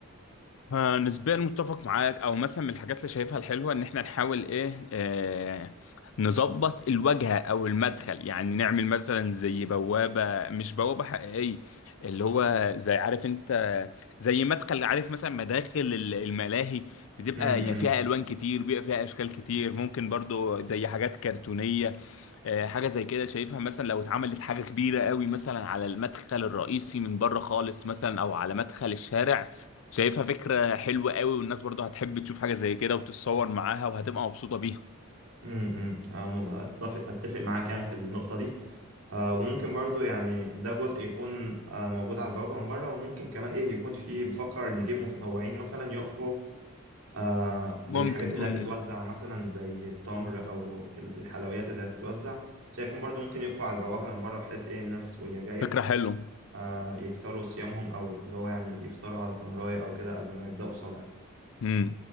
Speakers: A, on the left; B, on the right.
A: آه، نسبيا متفق معاك او مثلا من الحاجات اللي شايفها الحلوه ان احنا نحاول ايه آه نظبط الواجهه او المدخل يعني نعمل مثلا زي بوابه مش بوابه حقيقيه اللي هو زي عارف انت زي مدخل عارف مثلا مداخل ال- الملاهي بتبقى
B: رأيك؟
A: يعني فيها الوان كتير بيبقى فيها اشكال كتير ممكن برضو زي حاجات كرتونيه آه، حاجه زي كده شايفها مثلا لو اتعملت حاجه كبيره قوي مثلا على المدخل الرئيسي من بره خالص مثلا او على مدخل الشارع شايفها فكرة حلوة قوي والناس برضو هتحب تشوف حاجة زي كده وتتصور معاها وهتبقى مبسوطة بيها
B: امم أنا م- اتفق اتفق معاك يعني في النقطه دي آه، وممكن برضو يعني ده جزء يكون آه، موجود على البوابه من بره وممكن كمان ايه يكون فيه بفكر نجيب متطوعين مثلا يقفوا آه، بالحاجات
A: ممكن
B: اللي
A: امم
B: هتتوزع مثلا زي التمر او ال- الحلويات اللي هتتوزع شايفهم برضو ممكن يقفوا على البوابه من بره بحيث ايه الناس وهي جايه
A: فكرة حلوة
B: آه، يكسروا صيامهم او اللي هو يعني يفطروا على تمرايه او كده قبل ما يبداوا صلاه
A: امم